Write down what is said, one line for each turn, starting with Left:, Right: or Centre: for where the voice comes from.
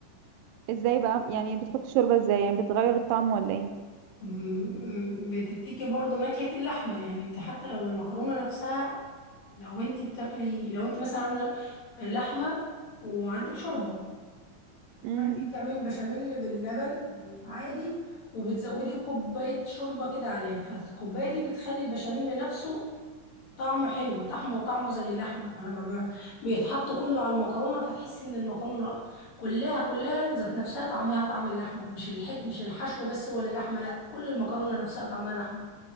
Right: ازاي بقى يعني بتحط شوربة ازاي يعني بتغير الطعم ولا ايه
Left: م- بتديكي برضو نكهة اللحمة يعني انت حتى لو المكرونة نفسها لو انت بتاكلي لو انت مثلا عاملة لحمة وعندك شوربة
Right: امم
Left: فانت بتعملي البشاميل باللبن عادي وبتزودي كوباية شوربة كده عليها فالكوباية دي بتخلي البشاميل نفسه طعمه حلو طعمه طعمه زي اللحمة فلما بي- بيتحط كله على المكرونة فتحس ان المكرونة كلها كلها ذات نفسها طعمها طعم اللحمة مش الح... مش الحشو بس ولا لحمة لا كل المكرونة نفسها طعمها لحمة